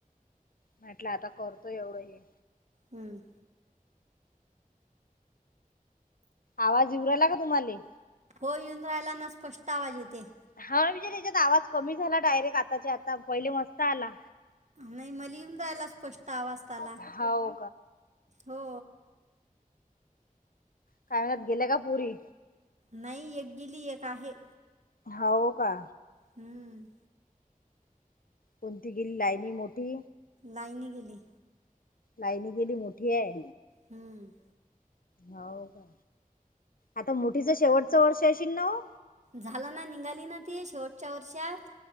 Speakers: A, on the left; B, on the right.
A: म्हटलं आता करतोय एवढं हे
B: हम्म
A: आवाज येऊ राहिला का तुम्हाले
B: हो येऊन राहिला ना स्पष्ट आवाज येते.
A: हा विज त्याच्यात आवाज कमी झाला डायरेक्ट आताच्या आता पहिले मस्त आला.
B: नाही मला येऊन राहिला स्पष्ट आवाज त्याला.
A: हाव
B: हो
A: शाळेत गेल्या का पोरी?
B: नाही एक गेली एक आहे.
A: होव का?
B: हम्म
A: कोणती गेली लहानी मोठी?
B: काहिनी गेली
A: लाहानी केली मोठी आहे.
B: हम्म
A: हो का आता मोठीच शेवटचं वर्ष असशील ना व
B: झालं ना निघाली ना ती शेवटच्या वर्षात.